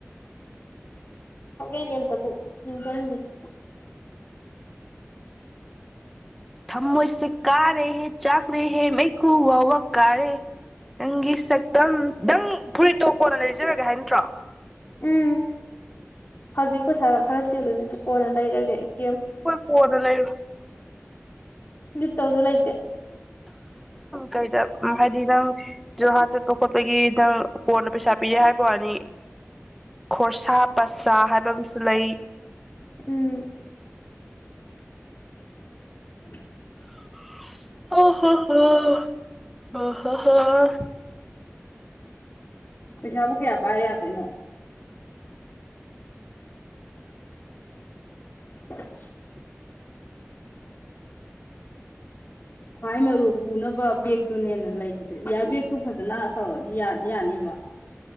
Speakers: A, on the left; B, in the centre.
A: ꯍꯣꯔꯦꯟꯗꯤ ꯑꯃꯇꯕꯨ ꯅꯤꯡꯁꯤꯡꯕꯤꯒꯦ
B: ꯊꯝꯃꯣꯏꯁꯦ ꯀꯥꯔꯦ ꯍꯦ ꯆꯥꯛꯂꯦꯍꯦ ꯃꯩꯈꯨ ꯋꯥꯋꯥ ꯀꯥꯔꯦ ꯅꯪꯒꯤ ꯁꯛ ꯪ ꯅꯪ ꯐꯨꯔꯤꯠꯇꯣ ꯀꯣꯟꯅ ꯂꯩꯖꯔꯒꯦ ꯍꯥꯏ ꯅꯠꯇ꯭ꯔꯣ
A: ꯎꯝ ꯍꯧꯖꯤꯛ ꯄꯩꯁꯥ ꯈꯔ ꯆꯤꯜꯂꯦ ꯑꯗꯨ ꯀꯣꯟꯅ ꯂꯩꯔꯒꯦ ꯑꯩ
B: ꯍꯣꯏ ꯀꯣꯟꯅ ꯂꯩꯔꯣ
A: ꯂꯤꯠꯇꯧꯁꯨ ꯂꯩꯇꯦ
B: ꯀꯩꯗ ꯍꯥꯏꯗꯤ ꯅꯪ ꯖꯨꯔꯍꯥꯠ ꯆꯠꯄ ꯈꯣꯠꯄꯒꯤ ꯅꯪ ꯀꯣꯟꯅ ꯄꯩꯁꯥ ꯄꯤꯔꯦ ꯍꯥꯏꯕ ꯋꯥꯅꯤ ꯈꯣꯔꯁꯥ ꯄꯥꯁꯥ ꯍꯥꯏꯕ ꯑꯃꯁꯨ ꯂꯩ
A: ꯎꯝ ꯎ <unintelligible>
B: <unintelligible>
A: ꯄꯩꯁꯥꯕꯨ ꯀꯌꯥ ꯄꯥꯏ ꯌꯥꯗꯣꯏꯅꯣ <inaudible> ꯈ꯭ꯋꯥꯏ ꯃꯔꯨ ꯄꯨꯅꯕ ꯕꯦꯛꯇꯨꯅ ꯍꯦꯟꯅ ꯂꯩꯈꯤꯗ꯭ꯔꯦ ꯏꯌꯥꯔ ꯕꯦꯒꯇꯨ ꯐꯖꯅ ꯇꯧꯔꯗꯤ ꯌꯥꯗꯤ ꯌꯥꯅꯦꯕ